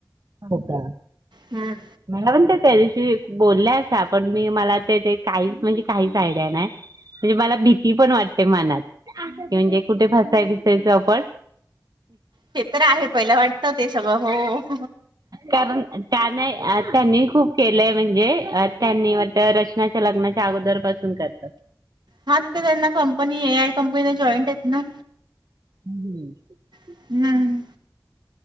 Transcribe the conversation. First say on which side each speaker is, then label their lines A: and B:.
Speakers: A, on the right (about 60°); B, on the right (about 85°).
A: हो का
B: हम्
A: मला पण ते त्या दिवशी बोलल्या पण मी मला ते ते काहीच म्हणजे काहीच आयडिया नाही म्हणजे मला भीती पण वाटते मनात की म्हणजे कुठे फसा बिसायचो आपण
B: ते तर आहे पहिलं वाटत ते सगळं हो
A: कारण त्यान त्यांनी खूप केलंय म्हणजे त्यांनी वात लग्नाच्या अगोदर पासून करतात
B: हा ते त्यांना कंपनी ए आय कंपनीला जॉईंट आहेत ना
A: हम्मम्
B: हम्म